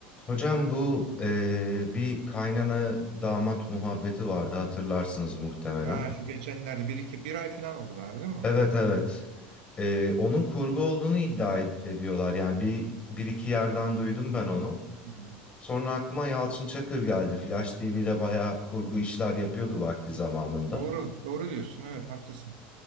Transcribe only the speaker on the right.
Ha, şu geçenlerde bir iki bir ay falan oldu galiba değil mi?
Hmm.
Doğru, doğru diyorsun. Evet, haklısın.